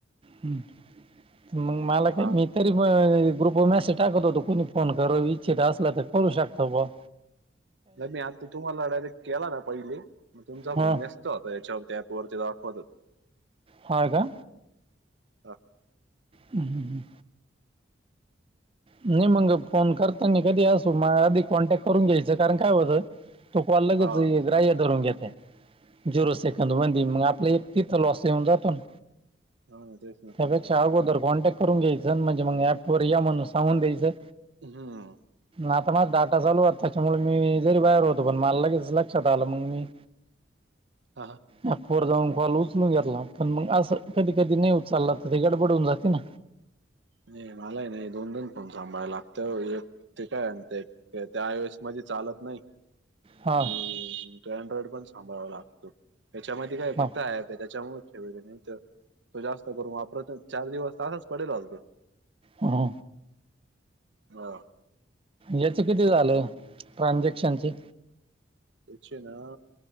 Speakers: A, on the right; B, on the right.
A: हम्म. मग मला काय
B: हा
A: मी तरी म ग्रुप वर मेसेज टाकत होतो कोणी फोन करू इच्छित असला तर करू शकतो ब
B: नाही मी आता तुम्हाला डायरेक्ट केला ना पहिले मग तुमचा
A: हा
B: फोन व्यस त होता यच्यावरती अँपवरती दाखवत हो
A: हा का?
B: होत
A: हं हं हं. नाही मग फोन करतानी कधी अस मा आधी कॉन्टॅक्ट करून घ्यायचं कारण काय होतं तो कॉल लगेच
B: हा
A: ग्राह्य धरून घेता येईन. झिरो सेकंद होईल बी मग आपलं एक तिथ लॉस येऊन जातो ना.
B: हा तेच ना.
A: त्यापेक्षा अगोदर कॉन्टॅक्ट करून घ्यायचं म्हणजे मग ऍपवर या म्हणून सांगून द्यायचं.
B: हम
A: आता माझ डाटा चालू त्याच्यामुळे मी जरी बाहेर होतो पण मला लगेच लक्षात आलं मग मी
B: हा हा
A: ह पोर जाऊन कॉल उचलून घेतला पण मग असं कधी कधी नाही उचचाललं तर ते गडबडून जाते ना
B: नाही मलाही नाही दोन दोन फोन सांभायला लागत एक ते काय आणते ते आयस म चालत नाही
A: हां
B: ो अँड्रॉइड पण सांभाळावा लागतो त्याच्यामध्ये काय फक्त
A: हां
B: ऍप आहे त्याच्यामुळे नाही तर तो जास्त करूपर चार दिवस तासच पडेल असल तो
A: हो
B: हा
A: याच किती झालंय ट्रान्झॅक्शनचे
B: त्याचे ना